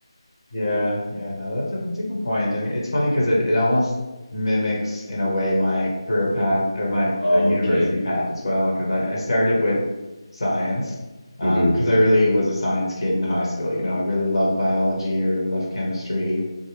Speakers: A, on the left; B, on the left.
A: Yeah, yeah, no, that's a, that's a good point. I mean, it's funny because it, it almost mimics in a way my career path or my
B: Oh,
A: uh, university
B: okay.
A: path as well. Because I, I started with science, um,
B: hmm
A: because I really was a science kid in high school. You know, I really loved biology. I really loved chemistry.